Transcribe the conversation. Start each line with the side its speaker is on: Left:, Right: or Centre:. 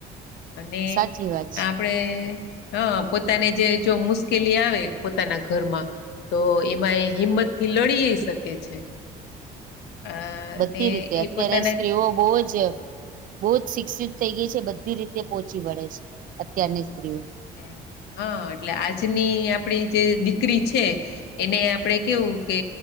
Left: અને
Right: સાચી વાત છે
Left: આપ. આપણે હા, પોતાને જે જો મુશ્કેલી આવે પોતાના ઘરમા તો એમાં એ હિંમત થી લડી જઈ શકે છે. અ
Right: બધી
Left: અને
Right: રીતે
Left: એ
Right: અત્યારે
Left: પોતાના
Right: સ્ત્રીઓ બહુ જ બહુ જ શિક્ષિત થઈ ગઈ છે, બધી રીતે પોહોંચી વળે છે અત્યારની સ્ત્રીઓ
Left: એટલે હા એટલે આજની આપણી જે દીકરી છે. એને આપણે કેવું કે